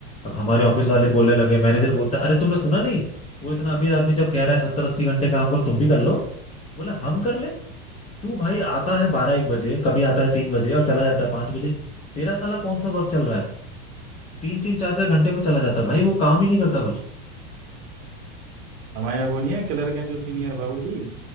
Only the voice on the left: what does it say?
अब हमारे
ऑफिस वाले बोलने लगे
मैनेजर बोलता है अरे तुमने सुना नहीं वो इतना अमीर आदमी जब कह रहा है सत्तर अस्सी घंटे काम करो तुम भी कर लो बोला हम कर ले तू भाई आता है बारह एक बजे कभी आता है तीन बजे और चला जाता है पांच बजे तेरा साला कौन सा वर्क चल रहा है तीन तीन चार चार घंटे में चला जाता है भाई वो काम ही नहीं करता कुछ